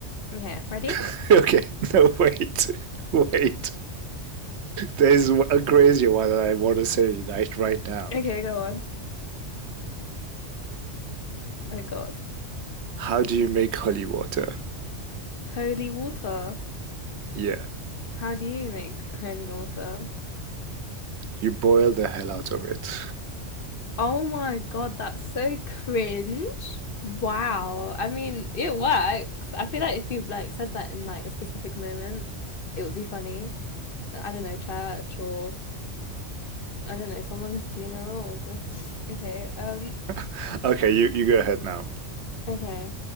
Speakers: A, on the left (about 50°); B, on the right (about 65°).
A: Okay. Ready?
B: <laughs> okay. No, wait, <laughs> wait. There's a crazier one that I want to say right, right now.
A: Okay, go on. Oh God.
B: How do you make holy water?
A: Holy water.
B: Yeah.
A: How do you make holy water?
B: You boil the hell out of it.
A: Oh my God, that's so cringe. Wow. I mean, it works. I feel like if you like said that in like a specific moment, it would be funny. I don't know, church or I don't know, someone's funeral or <laughs> okay. Um
B: <laughs> okay, you, you go ahead now.
A: okay.